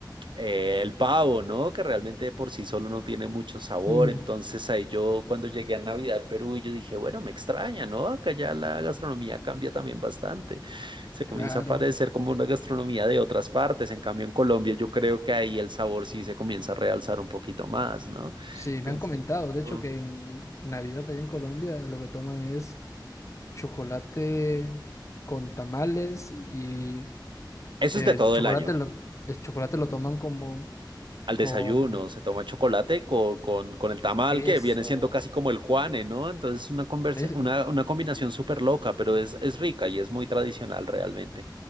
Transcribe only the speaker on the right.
eh, el pavo, ¿no? Que realmente por sí solo no tiene mucho sabor.
Entonces ahí yo cuando llegué a Navidad, Perú, yo dije, bueno, me extraña, ¿no? Acá ya la gastronomía cambia también bastante. Se
comienza a parecer como una gastronomía de otras partes. En cambio, en Colombia yo creo que ahí el sabor sí se comienza a realzar un poquito más, ¿no?
Entonces,
esto-
eso
es de todo
el año.
al
desayuno, se toma chocolate con, con, con el tamal,
que viene siendo casi como el Juane, ¿no? Entonces es una, conversa,
una, una combinación súper loca, pero es, es rica y es muy tradicional realmente.